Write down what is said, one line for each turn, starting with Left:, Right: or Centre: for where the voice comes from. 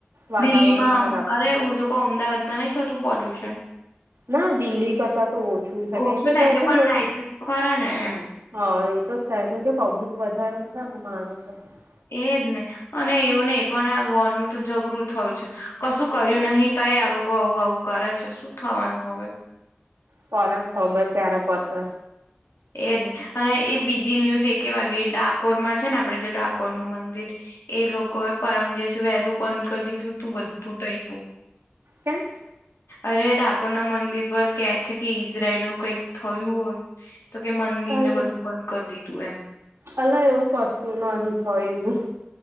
Right: વાતાવરણ
Left: દિલ્હીમાં
Right: ખરાબ
Left: અરે હું તો કહ અમદાવાદમાં નહી થતું પોલ્યુશન
Right: ના દિલ્હી કરતા તો ઓછું છે
Left: ઓછું
Right: કેમકે
Left: થાય
Right: ત્યાં છે
Left: પણ થાય છે તો ખરા ને એમ
Right: હા એ તો છે કેમકે પબ્લિક વધારે. <unintelligible>
Left: એજ ને. એવું નહી પણ આ વોન નું તો જબરું થયું છે. કશું કર્યું નહી તાય આ લોકો આવું આવું કરે છે શું થવાનું હવે.
Right: કોના ખબર ત્યારે પતે
Left: એજને અને એ બીજી ન્યુઝ એક વાગે ડાકોર માં છે ને આપે. ડાકોર નું મંદિર એ લોકો. કોઈ પરમ દિવસે વહેલું બંધ કરી દીધું તું બધું ત્યનું
Right: કેમ
Left: અરે ડાકોરના મંદિર પર કે છે કે ઈઝરાયલનું કઈક થયું હોય તો કે મંદિરને
Right: અલા
Left: બધું બંધ કરી દીધું એમ
Right: અલા એવું કરશું નહિ થયું.